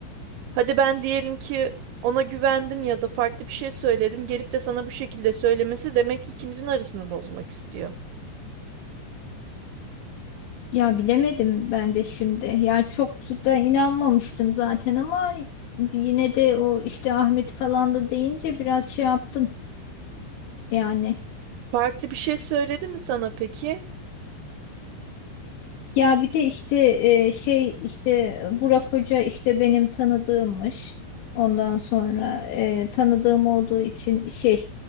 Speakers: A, on the right (about 80°); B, on the left (about 75°).
A: Hadi ben diyelim ki ona güvendim ya da farklı bir şey söyledim. Gelip de sana bu şekilde söylemesi demek ki ikimizin arasını bozmak istiyor.
B: Ya bilemedim ben de şimdi. Yani çok da inanmamıştım zaten ama yine de o işte Ahmet falan da deyince biraz şey yaptım yani.
A: Farklı bir şey söyledi mi sana peki?
B: Ya bir de işte e, şey işte Burak Hoca işte benim tanıdığımmış. Ondan sonra e, tanıdığım olduğu için şey